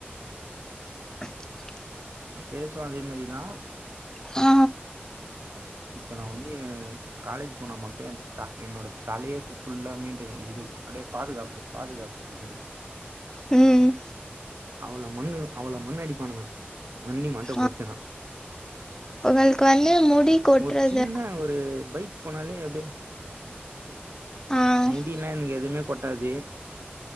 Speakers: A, on the left (about 15°); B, on the right (about 75°).
A: <inaudible>
B: ஃபேஸ்ஸு அதே மாரிதா
A: ஆ
B: இப்ப நா வந்து காலேஜ் போனா மட்டு ஏ த என்னோட தலையே ஃபுல்லா மெயின்டைன் இது அ பாதுகாப்பு பாதுகாப்பு வக்கணு
A: ம்
B: அவ்ளோ மண்ணு அவள மண்ணு அடிப்பானுங்க மண்ணி மண்ட
A: ஆ
B: போச்சுனா
A: உங்களுக்கு வந்து முடி கொட்றது
B: ஒரு சின்ன ஒரு பைக் போனாலே அப்டியே
A: ஆ ஆ
B: முடில்லா எனக்கு எதுவுமே கொட்டாது